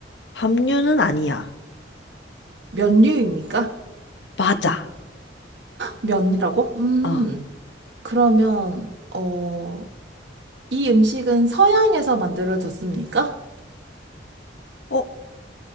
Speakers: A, on the left (about 70°); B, on the right (about 70°).
A: 밥류는 아니야.
B: 면류입니까?
A: 맞아.
B: 면이라고? 음,
A: 어,
B: 그러면 어, 이 음식은 서양에서 만들어졌습니까?
A: 어,